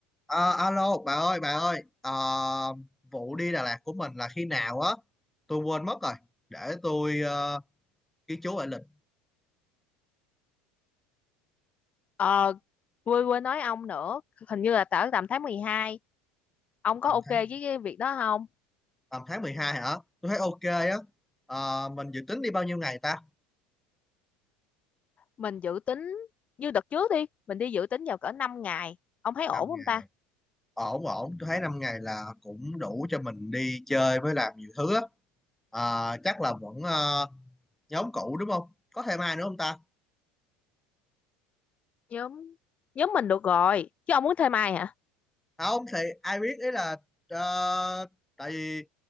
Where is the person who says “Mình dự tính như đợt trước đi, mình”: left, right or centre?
Left